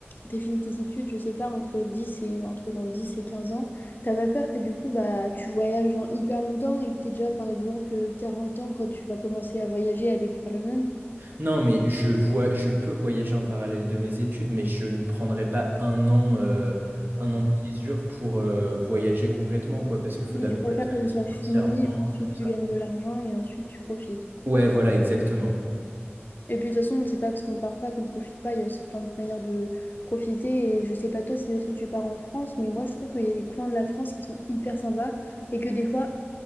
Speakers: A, on the left; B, on the right.
A: tu as fini tes études, je sais pas, entre dix et, entre dans 10 et 15 ans, t'as pas peur que du coup, bah, tu voyages dans hyper longtemps et que t'es déjà, par exemple, euh, 40 ans quand tu vas commencer à voyager, à découvrir le monde?
B: Non, mais je vois, je peux voyager en parallèle de mes études, mais je ne prendrai pas un an, euh, un an de césure pour euh, voyager complètement, quoi, parce qu'il faut
A: Oui,
B: d'abord
A: Mais tu préfères
B: être
A: que
B: à l'aise
A: ce soit
B: financièrement,
A: fini, ensuite
B: tout
A: tu
B: ça.
A: gagnes de l'argent et ensuite tu profites.
B: Ouais, voilà, exactement.
A: Et puis de toute façon, on ne sait pas parce qu'on part pas qu'on profite pas. Il y a aussi plein de manières de profiter. Et je sais pas toi si aussi tu pars en France, mais moi je trouve qu'il y a des coins de la France qui sont hyper sympas et que des fois,